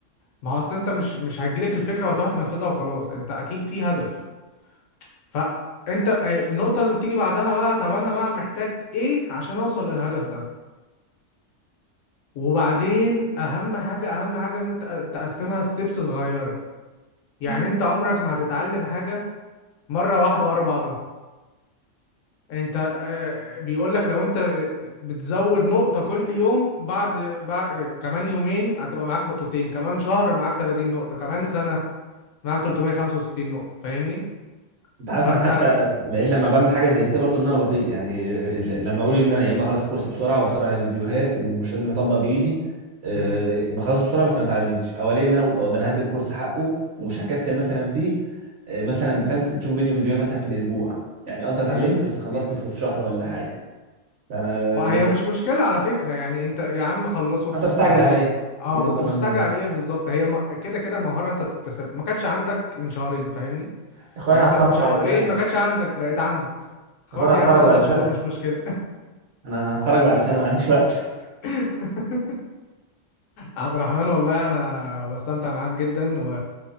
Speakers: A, on the left; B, on the right.
A: ما هو اصل انت مش مش هتجيلك الفكره وهتروح تنفذها وخلاص انت اكيد في هدف فانت آه، النقطه اللي بتيجي بعدها بقى طب انا بقى محتاج ايه عشان اوصل للهدف ده وبعدين اهم حاجه اهم حاجه ان انت تقسمها ستيبس صغيره يعني
B: قوي
A: انت عمرك ما هتتعلم حاجه مره واحده ورا بعضها انت آه، بيقول لك لو انت آه، بتزود نقطة كل يوم بعد, بعد آه، كمان يومين هتبقى معاك نقطتين كمان شهر معاك 30 نقطة كمان سنة معاك 365 نقطة فاهمني
B: انت عارف
A: فانت
B: انا حتى
A: آه،
B: لقيت لما بعمل حاجه زي كده برضو ان انا بطيء يعني ل- لما اقول
A: مم،
B: ان انا يا اما اخلص الكورس بسرعه واسرع الفيديوهات ومش لازم اطبق بايدي أه
A: مم،
B: بخلصه بسرعه بس ما اتعلمتش او الاقي ان انا اقول اه ده انا هدي الكورس حقه ومش هكسل مثلا فيه أه مثلا انت فهمت تشوف فيديو فيديوهين مثلا في الاسبوع يعني اه انت اتعلمت
A: مم،
B: بس خلصته
A: مم.
B: في في شهر ولا حاجه ده انا
A: وهي
B: ب...
A: مش مشكلة على فكرة يعني انت يا عم خلصه في
B: انت بتستعجل
A: شهرين
B: على ايه؟
A: اه
B: دي نقطه
A: بز- بتستعجل
B: مهمه برضه
A: على ايه بالظبط هي م- كده كده مهارة انت بتكتسب ما كانتش عندك من شهرين فاهمني
B: يا اخويا
A: يعني
B: انا
A: انت
B: هتخرج
A: من شهرين
B: بعد سنه يا
A: ما كانتش عندك بقت عندك خد
B: اخويا انا
A: يا
B: هتخرج
A: عم ثلاث
B: بعد سنه
A: شهور مش مشكلة
B: انا انا هتخرج بعد سنه ما عنديش وقت <laughs>
A: <laughs> عبد الرحمن والله انا بستمتع معاك جدا و...